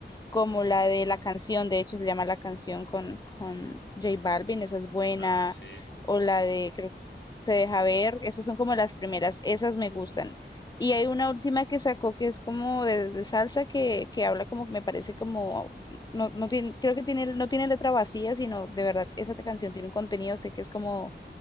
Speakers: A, on the left; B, on the left.
A: como
B: ujú.
A: la de la canción, de hecho se llama La canción con, con J Balvin, esa es buena,
B: Ah, sí,
A: o
B: sí,
A: la
B: sí.
A: de creo que Te deja ver, esas son como las primeras, esas me gustan. Y
B: Ujú,
A: hay una última que sacó que es como de, de salsa que, que habla como, me parece como, no, no tiene, creo que tiene, no tiene letra vacía, sino de verdad, esa canción tiene un contenido, sé que es como,